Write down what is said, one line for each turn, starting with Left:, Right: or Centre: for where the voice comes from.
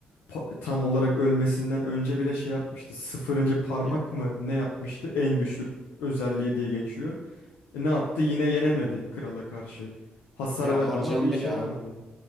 Left: pa- tam olarak ölmesinden önce bile şey yapmıştı. Sıfırıncı parmak
Centre: ya,
Left: mı ne yapmıştı? En güçlü özelliği diye geçiyor. E ne yaptı? Yine yenemedi krala karşı. Hasar
Centre: ya
Left: verdi
Centre: harcandı
Left: ama bir işe
Centre: ya.
Left: yaramadı.